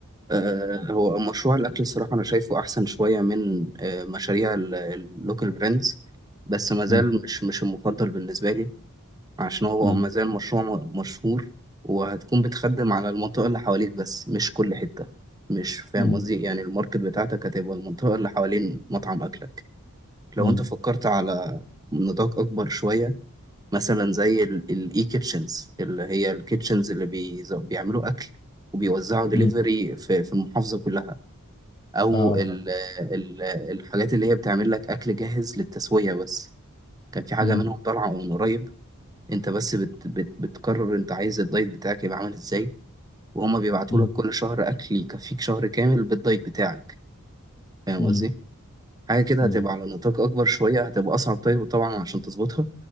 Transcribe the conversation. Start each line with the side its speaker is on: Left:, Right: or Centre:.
Right: آه، هو مشروع الاكل الصراحه انا شايفه احسن شويه من آه، مشاريع اللوكال براندز بس ما زال
Left: مم،
Right: مش مش المفضل بالنسبه لي عشان هو
Left: مم،
Right: ما زال مشروع م- مشهور وهتكون بتخدم على المنطقه اللي حواليك بس مش كل حته مش فاهم
Left: مم،
Right: قصدي يعني الماركت بتاعتك هتبقى المنطقه اللي حوالين مطعم اكلك لو
Left: مم.
Right: انت فكرت على نطاق اكبر شويه مثلا زي الاي كيتشنز اللي هي الكيتشنز اللي بي بيعملوا اكل وبيوزعوا دليفري
Left: امم
Right: في في المحافظه كلها او
Left: اه
Right: ال ال الحاجات اللي هي بتعمل لك اكل جاهز للتسويه بس كان في حاجه
Left: امم
Right: منهم طالعه من قريب انت بس بت بت بتقرر انت عايز الدايت بتاعك يبقى عامل ازاي وهما بيبعتوا
Left: امم
Right: لك كل شهر اكل يكفيك شهر كامل بالدايت بتاعك فاهم
Left: امم
Right: قصدي حاجة كده
Left: امم
Right: هتبقى على نطاق أكبر شوية هتبقى أصعب طيب طبعا عشان تظبطها